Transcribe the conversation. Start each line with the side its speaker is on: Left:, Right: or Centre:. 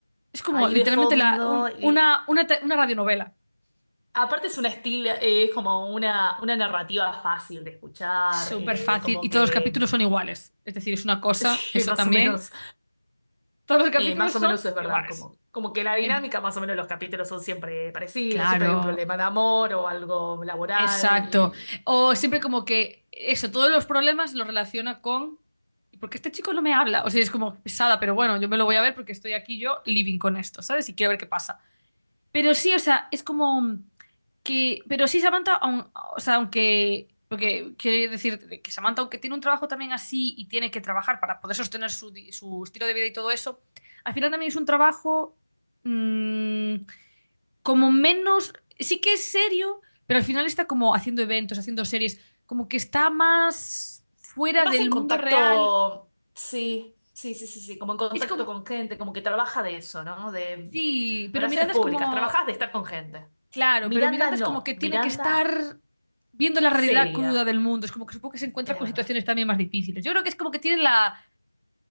Right: Es como
Left: Ahí
Right: literalmente
Left: de fondo
Right: la, un-
Left: y
Right: una, una, te- una radionovela.
Left: aparte es una estilo, eh, es como una, una narrativa fácil de escuchar,
Right: Súper
Left: eh,
Right: fácil
Left: como
Right: y todos
Left: que,
Right: los capítulos son iguales. Es decir, es una
Left: <laughs>
Right: cosa,
Left: sí,
Right: eso
Left: más
Right: también.
Left: o menos
Right: Todos los capítulos
Left: Eh, más
Right: son
Left: o menos es verdad,
Right: iguales.
Left: como, como que la dinámica,
Right: Em,
Left: más o menos los capítulos son siempre parecidos,
Right: claro,
Left: siempre hay un problema de amor o algo laboral.
Right: exacto.
Left: Y...
Right: O siempre como que eso, todos los problemas los relaciona con... ¿Y por qué este chico no me habla? O sea, es como pesada, pero bueno, yo me lo voy a ver porque estoy aquí yo living con esto, ¿sabes? Y quiero ver qué pasa. Pero sí, o sea, es como que. Pero sí, Samantha, aun- o sea, aunque. Porque quiero decir que Samantha, aunque tiene un trabajo también así y tiene que trabajar para poder sostener su, di- su estilo de vida y todo eso, al final también es un trabajo mm, como menos. Sí que es serio, pero al final está como haciendo eventos, haciendo series, como que está más fuera
Left: Más
Right: del
Left: en contacto,
Right: mundo real.
Left: sí, sí, sí, sí, sí, como en contacto
Right: Es como.
Left: con gente, como que trabaja de eso, ¿no? De
Right: Sí, pero
Left: relaciones
Right: Miranda
Left: públicas,
Right: es como.
Left: trabajas de estar con gente.
Right: Claro,
Left: Miranda
Right: pero Miranda
Left: no,
Right: es como que tiene
Left: Miranda
Right: que estar viendo la realidad
Left: seria,
Right: cruda del mundo. Es como que supongo que se encuentra
Left: es
Right: con
Left: verdad.
Right: situaciones también más difíciles. Yo creo que es como que tiene la,